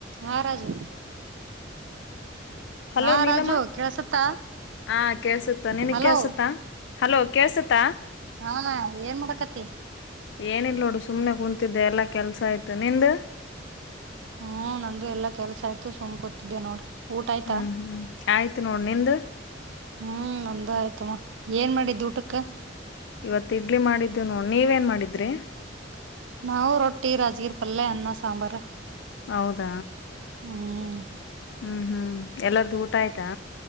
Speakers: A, on the right; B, on the left.
A: ಹ್ಮ್ ರಾಜು
B: ಹಲೋ
A: ಹಾ
B: ನೀಲಮ್ಮ
A: ರಾಜು ಕೇಳಸತ್ತ
B: ಹ ಕೆಲ್ಸುತೆ ನನ್ಗೆ
A: ಹಲೋ
B: ಕೆಲ್ಸುತೆ ಹಲೋ ಕೆಳಸ್ತ?
A: ಹಮಾ ಏನ್ಮಾಡಕೈತಿ
B: <inaudible> ನಿಂದ
A: ಹ್ಮ್ ನಂದು ಎಲ್ಲ ಕೆಲ್ಸ ಆಯ್ತು <unintelligible> ನೋಡು ಊಟ ಆಯ್ತಾ
B: ಹ್ಮ್ ಹ್ಮ್ ಆಯ್ತು ನೋಡ ನಿಂದ
A: ಹ್ಮ್ ನಂದು ಅಯ್ತು ತುಮ. ಏನ್ ಮಾಡಿದ್ದಿ ಊಟಕ್ಕೆ
B: ಇವತ್ ಇಡ್ಲಿ ಮಾಡಿದ್ದೀವಿ ನಾವ್ ನೀವ್ ಏನ್ ಮಾಡಿದ್ರಿ
A: <unintelligible>
B: ಹೌದ
A: ಹ್ಮ್
B: ಹ್ಮ್ ಹ್ಮ್ ಎಲ್ಲರದೂ ಊಟ ಆಯ್ತಾ